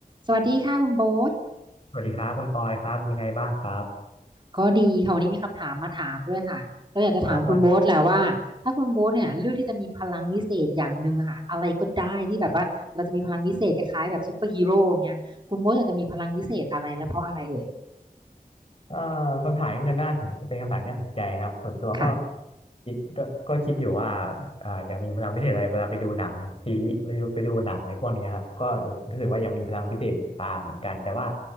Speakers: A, on the right; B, on the left.
A: สวัสดีค่ะคุณโบ๊ท
B: สวัสดีครับคุณออยครับยังไงบ้างครับ
A: ก็ดีค่ะวันนี้มีคำถามมาถามด้วยค่ะเราอยากจะถามคุณโบ๊ทแหละว่าถ้าคุณโบ๊ทเนี่ยเลือกที่จะมีพลังวิเศษอย่างหนึ่งอะค่ะอะไรก็ได้ที่แบบว่าเราจะมีพลังวิเศษคล้ายๆแบบซูเปอร์ฮีโร่อย่างเงี้ยคุณโบ๊ทอยากจะมีพลังวิเศษอะไรและเพราะอะไรเอ่ย
B: ครับว่าเอ่อคำถามนี้มันน่าสนเป็นคำถามที่น่าสนใจครับส่วนตัวก็
A: ค่ะ
B: คิดก็ก็คิดอยู่ว่าอ่าอยากมีพลังพิเศษอะไรเวลาไปดูหนังซีรีส์ไปดูไปดูหนังอะไรพวกเนี้ยครับก็รู้สึกว่าอยากมีพลังพิเศษตามเหมือนกันแต่ว่า